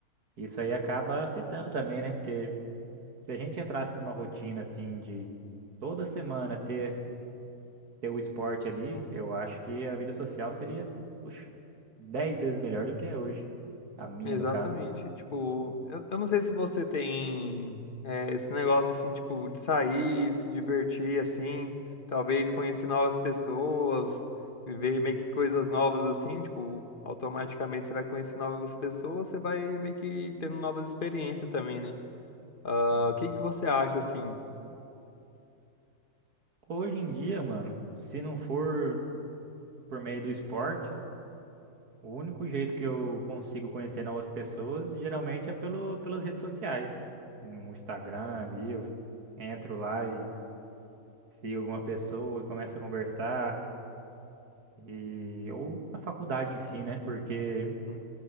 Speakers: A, on the right; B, on the left.
A: Isso aí acaba afetando também, né? Porque se a gente entrasse numa rotina assim de toda semana ter, ter o esporte ali, eu acho que a vida social seria, puxa, 10 vezes melhor do que é hoje. A minha,
B: Exatamente.
A: no caso.
B: Tipo, eu, eu não sei se você tem é, esse negócio assim, tipo, de sair, se divertir assim, talvez conhecer novas pessoas, viver meio que coisas novas assim, tipo, automaticamente você vai conhecer novas pessoas, você vai meio que tendo novas experiências também, né? Ah,
A: Sim.
B: o que que você acha assim?
A: Hoje em dia, mano, se não for por meio do esporte, o único jeito que eu consigo conhecer novas pessoas geralmente é pelo, pelas redes sociais. No Instagram ali, eu entro lá e sigo alguma pessoa e começo a conversar. E, ou a faculdade em si, né? Porque
B: Hum.